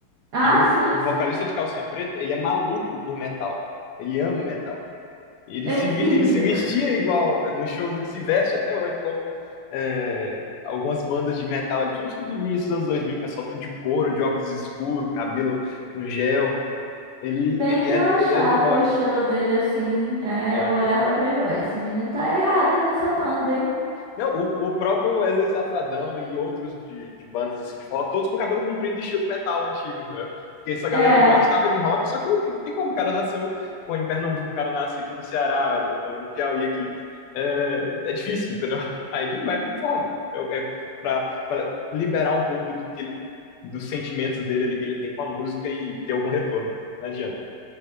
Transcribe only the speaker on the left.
E o,
o vocalista
de Calcinha Preta, ele é maluco por metal. Ele ama metal. E Ele
se,
vi- ele se vestia igual, nos shows ele se veste até hoje como é, algumas bandas de metal, ali, principalmente no início dos anos 2000, o pessoal tudo de couro, de óculos escuros, cabelo no gel. Ele,
ele
é,
ele é do rock.
é.
Não, o, o próprio Wesley Safadão e outros de, de bandas assim de forró, todos com cabelo comprido e estilo metal antigo, entendeu? Porque essa galera
gostava de rock, só que não tem, tem como o cara nasceu pô, em Pernambuco, o cara nasce aqui no Ceará, no, no Piauí aqui. É, é difícil, entendeu? <laughs> Aí ele vai pro forró. É, é pra, pra liberar um pouco do que ele, dos sentimentos dele ali que ele tem com a música e ter algum retorno, né? Não adianta.